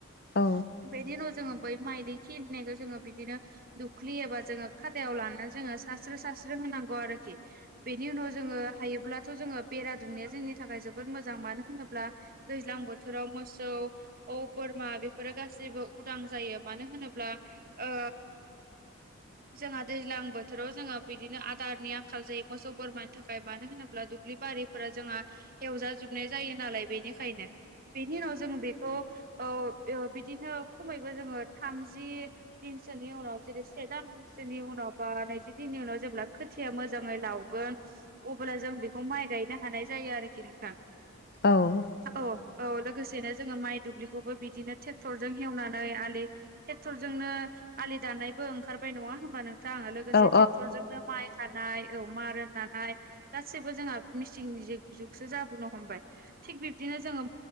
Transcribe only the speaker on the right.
बेनि उनाव जोंङो बै माइलि खिलिनायखौ जोंङो बिदिनो दुख्लि एबा जोंङो खादायाव लानानै जोंङो सास्रो स्रो होनांगौ आरोखि बेनि उनाव जोङो हायोब्लाथ जोंङो बेरा दुमनाया जोंनि थाखाय जोबोर मोजां मानो होनोब्ला दैज्लां बोथोराव मोसौ औ बोरमा बेफोरो गाैबो उदां जायो मानो होनोब्ला ओ जोंहा दैज्लां बोथोराव जोङो बिदिनो आदारनि आंखाल जायो मोसौ बोरमानि थाखाय मानो होनोब्ला दुब्लि बारिफोरा जोंहा हेवजाजोबनाय जायो नालाय बेनिखायनो बेनि उनाव जों बेखौ औ ओ बिदिनो खमैबो जोंङो थामजि दिनसोनि उनाव जेरै से दान सोनि उनाव बा नैजि दिननि उनाव जेब्ला खोथिया मोजांङै लावगोन अब्ला जों बेखौ माइ गाय गायनो हानाय जायो आरोखि नोंथां।
औ औ लोगोसेनो जोंङो माइ दुब्लिखौबो बिदिनो टेक्टरजों हेवनानै आलि टेक्टरजोंनो आलि दानायबो ओंखारबाय नंङा होमबा नोंथां लोगोसे
टेक्टरजों माइ हानाय औ मारा नानाय गासैबो जोंहा मिसिंनि जिग जुगसो जाबोनो हमबाय। थिग बिब्दिनो जोंङो